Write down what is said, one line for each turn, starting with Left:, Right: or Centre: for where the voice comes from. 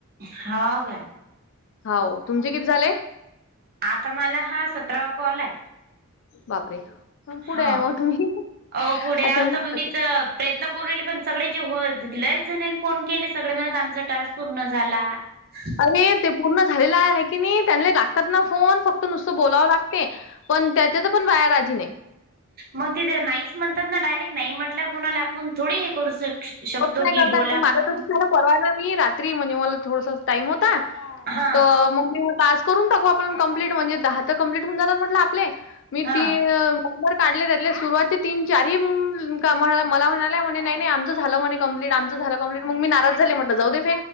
Right: हाव काय.
Left: हाव तुमचे किती झाले?
Right: आता मला हा सतरावा कॉल आहे.
Left: बापरे! मग पुढे
Right: हा
Left: आहे मग तुम्ही
Right: आहो पुढे
Left: अच्छा
Right: आव
Left: मग-
Right: त मी त प्रयत्न करू राहिले पण सगळ्याचे होत लईच जणीला फोन केले सगळे म्हणत, आमचा टास्क पूर्ण झाला. <inaudible>
Left: अरे ते पूर्ण झालेलं हाय हाय की नी, त्यांना ही लागतात ना फोन फक्त नुसतं बोलावं लागते. पण त्याच्या त पण बायां राजी नाय.
Right: म ते तर नाहीच म्हणतात ना डायरेक्ट नाही म्हटल्यावर कोणाला आपण थोडी हे करू शक शकतो
Left: तर काय
Right: की
Left: करतात
Right: बोला
Left: मग
Right: म्हणून
Left: लागतच नाय ना परवा ना मी रात्री म्हणजे मला थोडसाचं टाइम होता.
Right: हा
Left: त मंग मी म्हंटल आज करून टाकू आपण कंप्लीट म्हणजे दहा तर कंप्लीट होऊन जातात म्हंटले आपले मी
Right: हा
Left: ती अ काढले त्यातले सुरुवातचे तीन चारी म्हणा मला म्हणा म्हणे नाही आम झालं म्हणे कंप्लीट आमचं झालं कंप्लीट मंग मी नाराज झाले, म्हंटल जाऊ दे